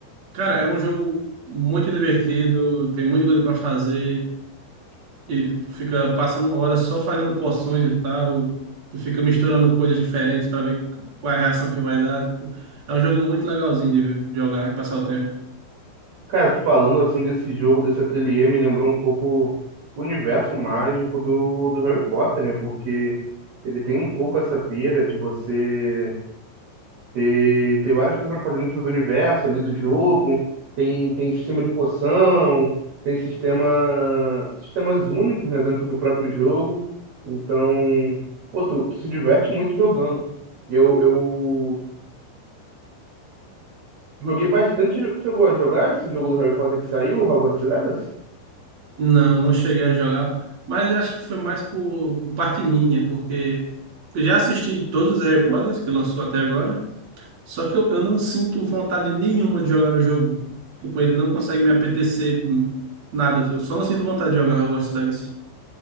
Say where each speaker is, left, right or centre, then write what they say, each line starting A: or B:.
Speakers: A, on the right (about 40°); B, on the right (about 55°).
A: cara, é um jogo muito divertido, tem muita coisa para fazer. E tu fica passando horas só fazendo poções e tal. Tu fica misturando coisas diferentes para ver qual é a reação que vai dar. Tipo, é um joguinho muito legalzinho de jogar e passar o tempo.
B: Cara, tu falando assim desse jogo, desse ateliê, me lembrou um pouco o universo mágico do, do Harry Potter, né? Porque ele tem um pouco essa pira de você ter, ter várias coisas para fazer dentro do universo ali do jogo. Tem, tem sistema de poção, tem sistema, sistemas únicos, né, dentro do próprio jogo. Então, pô, tu, tu se diverte muito jogando. Eu, eu joguei bastante. Chegou a jogar esse jogo do Harry Potter que saiu, o Hogwarts Legacy?
A: Não, não cheguei a jogar, mas eu acho que foi mais por, por parte minha, porque eu já assisti todos os Harry Potters que lançou até agora, só que eu, eu não sinto vontade nenhuma de jogar o jogo. Tipo, ele não consegue me apetecer nada. Eu só não sinto vontade de jogar Hogwarts Legacy.